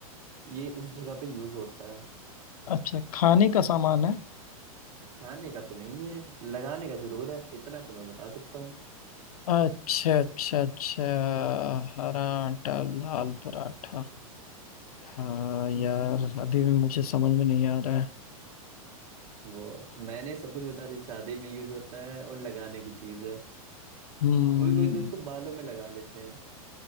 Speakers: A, on the right (about 80°); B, on the left (about 80°).
A: ये उस जगह पे यूज होता है
B: अच्छा खाने का सामान है
A: खाने का तो नहीं है लगाने का जरूर है इतना तो मैं बता सकता
B: अच्छा अच्छा अच्छा हरा आटा लाल पराठा हाँ यार
A: हूँ <laughs>
B: अभी भी मुझे समझ में नहीं आ रहा है
A: वो मैंने सब कुछ बता दी शादी में यूज होता है और लगाने की चीज है
B: हम्म
A: कोई कोई तो इसको बालों में लगा लेते हैं